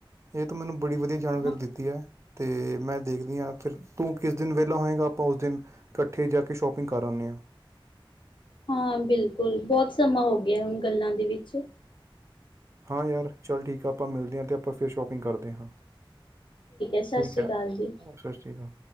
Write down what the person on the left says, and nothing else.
ਹਾਂ
ਹਾਂ ਬਿਲਕੁਲ ਬਹੁਤ ਸਮਾਂ ਹੋ ਗਿਆ ਹੁਣ ਗੱਲਾਂ ਦੇ ਵਿੱਚ
ਸਤਿ
ਸ਼੍ਰੀ
ਅਕਾਲ ਜੀ।